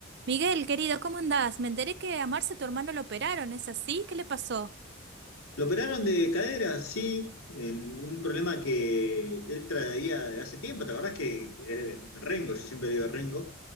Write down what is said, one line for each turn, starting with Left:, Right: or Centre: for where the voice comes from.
Right: Miguel, querido, ¿cómo andás? Me enteré que a Marce, tu hermano, lo operaron. ¿Es así? ¿Qué le pasó?
Left: Lo operaron de cadera, sí, en un problema que él traía de hace tiempo, ¿te acordás que es Rengo? Yo siempre digo Rengo,